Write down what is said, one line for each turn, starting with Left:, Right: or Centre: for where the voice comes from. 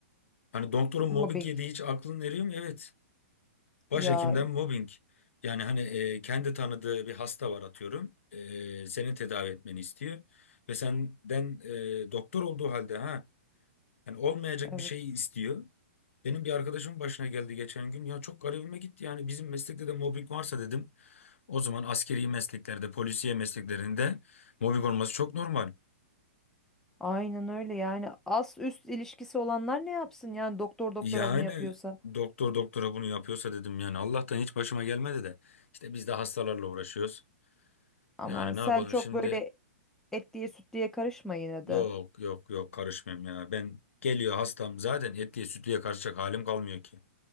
Left: Hani doktorun
Centre: Mobbing.
Left: mobbing yediği hiç aklın eriyor mu? Evet. Başhekimden
Centre: Ya
Left: mobbing. Yani hani e, kendi tanıdığı bir hasta var atıyorum. E, seni tedavi etmeni istiyor. Ve senden e, doktor olduğu halde ha yani olmayacak
Centre: evet.
Left: bir şeyi istiyor. Benim bir arkadaşımın başına geldi geçen gün. Ya çok garibime gitti yani bizim meslekte de mobbing varsa dedim. O zaman askeri mesleklerde, polisiye mesleklerinde mobbing olması çok normal.
Centre: Aynen öyle yani as üst ilişkisi olanlar ne yapsın yani doktor doktora
Left: Yani
Centre: bunu yapıyorsa.
Left: doktor doktora bunu yapıyorsa dedim yani Allah'tan hiç başıma gelmedi de. İşte biz de hastalarla uğraşıyoruz.
Centre: Aman
Left: Yani
Centre: sen
Left: ne yapalım
Centre: çok
Left: şimdi?
Centre: böyle et diye süt diye karışma yine
Left: Yok
Centre: de.
Left: yok yok karışmayayım ya. Ben geliyor hastam zaten etliye sütlüye karışacak halim kalmıyor ki.